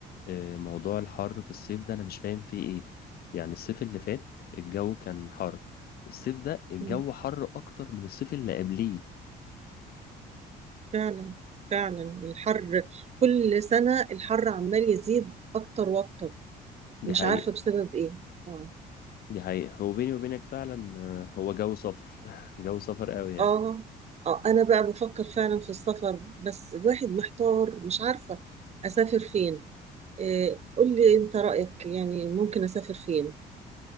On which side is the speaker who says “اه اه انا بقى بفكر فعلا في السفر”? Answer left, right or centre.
Right